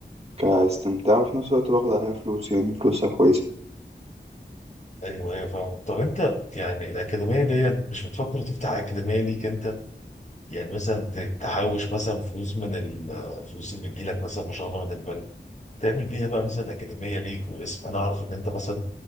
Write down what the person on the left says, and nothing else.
ايوه ايوه فاهم طب انت يعني الاكاديميه ديت مش بتفكر تفتح اكاديميه ليك انت يعني مثلا ت- تحوش مثلا فلوس من الفلوس اللي بتجيلك مثلا ما شاء الله من البنك تعمل بيها بقى مثلا اكاديميه ليك واسم انا اعرف ان انت مثلا